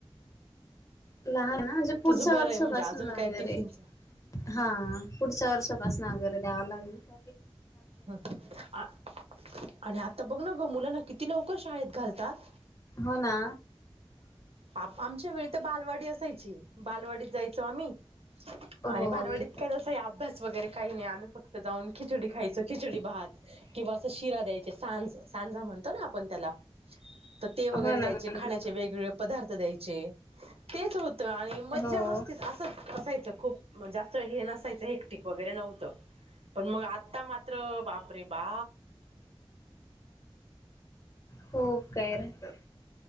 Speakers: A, on the left; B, on the right.
A: लहान ना म्हणजे पुढच्या
B: तुझं बरं
A: वर्षापासून
B: आहे म्हणजे अजून
A: ना
B: काय
A: वगैरे
B: टिफिनच
A: हा पुढच्या वर्षापासून अगैरे द्याव लागलत
B: ह आणि आता बघ ना ग मुलं ना किती लवकर शाळेत घालतात
A: होना
B: आ आमच्या वेळी तर बालवाडी असायची बालवाडीत जायचो आम्ही आणि
A: हो
B: भालवडीत
A: मी
B: काय तस या अभ्यास नाही आम् फतऊ खि खाय खहं शिरा द्यायचे सांज सांजा म्हणतो ना आपण त्याला तर ते
A: हो
B: वगैरे
A: ना
B: जायचे
A: हो
B: खाण्याचे
A: ना
B: वेगवेगळे द्याय चे तेच होत आणि मज्जा
A: हो
B: मस्तीत असंच असायचं खूप म जास्त हे नसायचं हेटिक वगैरे नव्हतं पण मग आ आता मात्र वापरे बा
A: हो काय राहत